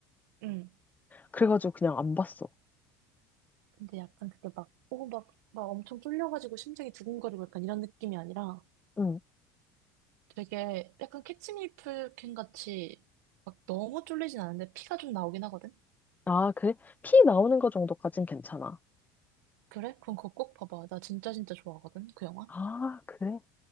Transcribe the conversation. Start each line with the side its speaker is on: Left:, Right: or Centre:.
Right: 응.
Left: 그래가지고 그냥 안 봤어.
Right: 근데 약간 그게 막, 오, 막, 막 엄청 쫄려가지고 심장이 두근거리고 약간 이런 느낌이 아니라
Left: 응.
Right: 되게 약간 캐치미플캔 같이 막 너무 쫄리진 않은데 피가 좀 나오긴 하거든?
Left: 아, 그래? 피 나오는 거 정도까진 괜찮아.
Right: 그래? 그럼 그거 꼭 봐봐. 나 진짜 진짜 좋아하거든, 그 영화.
Left: 아, 그래?